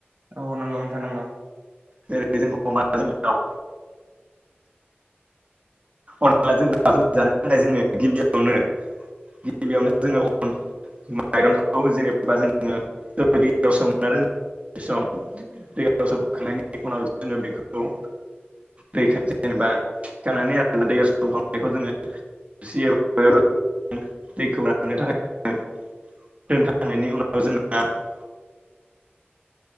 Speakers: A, on the right; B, on the right.
A: औ नंगौ नोंथां नंगौ।
B: जेरै जों अमाजों दाव। अनलाजों दाउजों जानो थाखाय जोङो गिबियावनो गिबियावनो जोङो अन <unintelligible>
A: <inaudible>
B: दैयाव सोमखांनायनि उनाव जोङो बेखौ दैखौ जेनेबा थिखांनानै आरो दैयाव सनखांनायखौ जोङो <unintelligible> <unintelligible>